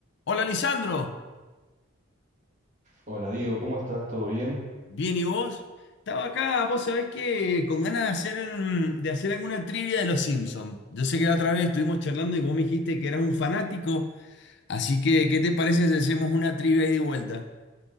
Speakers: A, on the left; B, on the right.
A: Hola Lisandro,
B: Hola Diego, ¿cómo estás? ¿Todo bien?
A: bien y vos? Estaba acá, vos sabés que con ganas de hacer, mm, de hacer alguna trivia de los Simpsons. Yo sé que la otra vez estuvimos charlando y vos me dijiste que eras un fanático, así que ¿qué te parece si hacemos una trivia ida y vuelta?